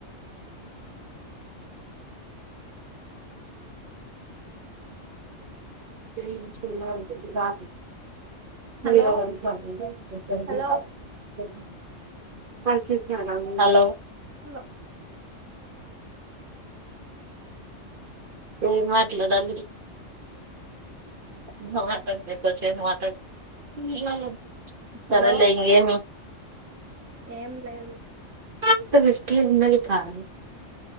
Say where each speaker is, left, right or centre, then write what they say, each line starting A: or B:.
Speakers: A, on the right (about 50°); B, on the right (about 15°).
A: <unintelligible> రాదు
B: హలో
A: మీ <unintelligible>
B: హలో
A: <unintelligible> హలో
B: హలో
A: ఏం మాట్లాడాలి <unintelligible>
B: హలో
A: సరేలే ఇంగేమి
B: ఏం లేదు.
A: ఇంత దృష్టి ఉన్నది కాన్